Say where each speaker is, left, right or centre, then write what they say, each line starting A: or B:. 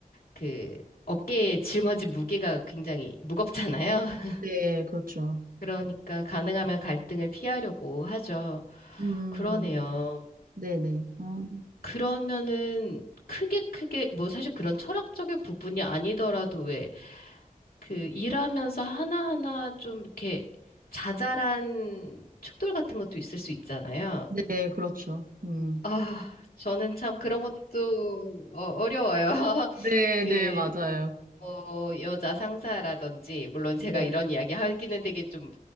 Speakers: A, on the left; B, on the right.
A: 그 어깨에 짊어진 무게가 굉장히 무겁잖아요. <laughs>
B: 네, 그렇죠.
A: 그러니까 가능하면 갈등을 피하려고 하죠.
B: 음,
A: 그러네요.
B: 네네. 아,
A: 그러면은 크게 크게 뭐 사실 그런 철학적인 부분이 아니더라도 왜 그 일하면서 하나하나 좀 이렇게 자잘한 충돌 같은 것도 있을 수 있잖아요.
B: 네, 그렇죠. 음.
A: 아, 저는 참 그런 것도 어, 어려워요. <laughs>
B: 네네,
A: 그,
B: 맞아요.
A: 뭐, 여자 상사라든지, 물론
B: 네.
A: 제가 이런 이야기 하기는 되게 좀